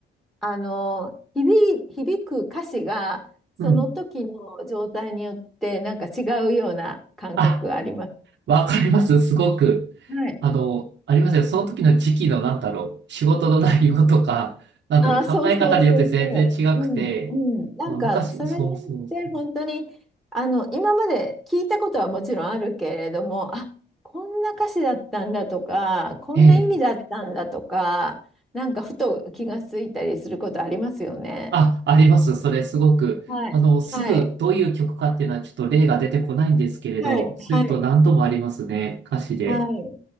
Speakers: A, in the centre; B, on the right (about 65°).
A: あの、響い、響く歌詞が、その時の状態によって、
B: うん。
A: なんか違うような感覚あります。
B: あ、わかります。すごく。
A: はい。
B: あの、ありますよ。その時の時期の、なんだろう、仕事の内容とか、なんだろう、
A: あー、
B: 考え方によって全然違くて、
A: そうそうそうそう。うん、うん。なんか、
B: 昔、
A: それによって、
B: そうそうそう。
A: 本当に、あの、今まで聞いたことはもちろんあるけれども、あ、こんな歌詞だったんだとか、こんな意味だったんだとか、
B: ええ
A: なんか、ふと気がついたりすることありますよね。
B: あ、あります。それすごく。
A: はい。
B: あの、すぐどういう曲かっていうのはちょっと例が出てこないんですけれど、
A: はい。はい。
B: そういうこと何度もありますね。
A: はい。
B: 歌詞で。
A: はい。はい